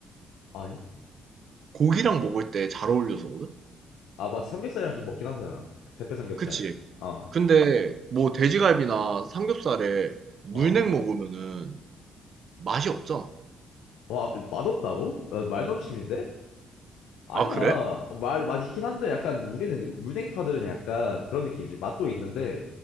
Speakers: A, on the left (about 85°); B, on the right (about 55°).
A: 아니?
B: 고기랑 먹을 때 잘 어울려서거든.
A: 아, 맞 삼겹살이랑 좀 먹긴 하잖아. 그 대패 삼겹살.
B: 그치?
A: 어.
B: 근데 뭐 돼지갈비나 삼겹살에 물냉
A: 어.
B: 먹으면은 맛이 없잖아.
A: 와, 맛없다고? 어, 말넘심인데? 아니야.
B: 아 그래?
A: 어, 말, 맛있긴 한데 약간 우리는 물냉파들은 약간 그런 느낌이지. 맛도 있는데